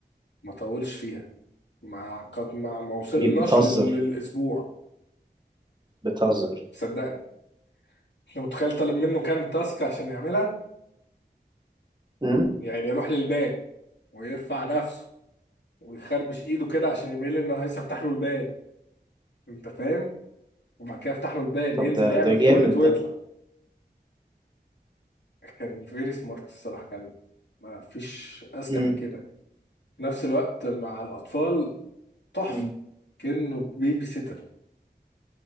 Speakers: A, on the left; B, on the right.
A: ما طولش فيها ما قد ما, ما وصلناش
B: بتهزر
A: لل- للأسبوع
B: بتهزر
A: صدقني أنت متخيل طالب منه كام تاسك عشان يعملها
B: امم
A: يعني يروح للباب ويرفع نفسه ويخربش إيده كده عشان يبين لي إنه عايز أفتح له الباب أنت فاهم وبعد كده يفتح له الباب
B: طب
A: ينزل
B: ده
A: يعمل
B: ده جامد
A: تويلت ويطلع
B: ده
A: كان فيري سمارت الصراحة كان ما فيش أذكى
B: امم
A: من كده في نفس الوقت مع الأطفال تحفة
B: امم
A: كأنه بيبي سيتر